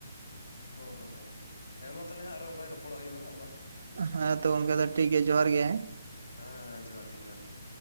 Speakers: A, on the left; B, on the right.
A: ᱦᱩᱸ ᱦᱩᱸ ᱦᱩᱸ ᱦᱮᱸ ᱢᱟ ᱛᱟᱦᱞᱮ ᱦᱟᱸᱜ ᱟᱨᱦᱚ ᱚᱱᱠᱟ ᱜᱮ ᱨᱚᱯᱚᱲᱚᱜ ᱦᱩᱭᱩᱜᱼᱟ ᱦᱟᱸᱜ ᱢᱟ
B: ᱦᱮᱸ ᱛᱚ ᱜᱚᱝᱠᱮ ᱫᱚ ᱴᱷᱤᱠ ᱜᱮᱭᱟ ᱡᱚᱦᱟᱨ ᱜᱮ ᱦᱮᱸ
A: ᱦᱮᱸ ᱡᱚᱦᱟᱨᱜᱮ ᱡᱚᱦᱟᱨᱜᱮ